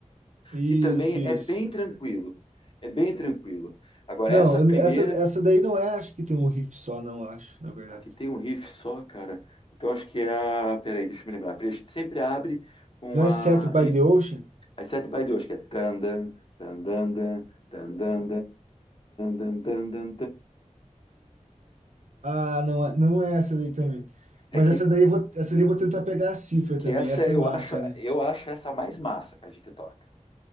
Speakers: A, on the right (about 65°); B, on the left (about 40°).
A: Isso,
B: que também
A: isso.
B: é bem tranquilo. É bem tranquilo. Agora,
A: Não,
B: essa primeira,
A: eu- essa, essa daí não é, acho que tem um riff só, não acho, na verdade.
B: aqui tem um riff só, cara. Então acho que é a. Peraí, deixa eu me lembrar. Porque a gente sempre abre com
A: Não é
B: a.
A: Set by the Ocean?
B: As sete by 2, que é tan, dan, tan, dan, dan, tan, dan, dan, tan, dan,
A: Ah, não, é- não é essa daí também.
B: É
A: Mas
B: que,
A: essa daí eu vou, essa daí eu vou tentar pegar a cifra
B: que
A: também.
B: essa
A: Essa
B: eu
A: é massa,
B: acho,
A: né?
B: eu acho essa a mais massa que a gente toca,